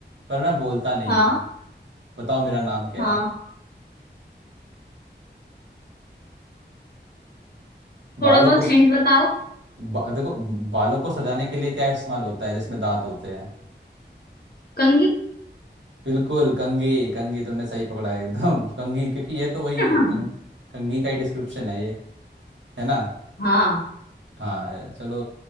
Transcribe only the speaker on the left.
हाँ
हाँ
थोड़ा बहुत
हिंट बताओ
कंघी
<laughs>
हाँ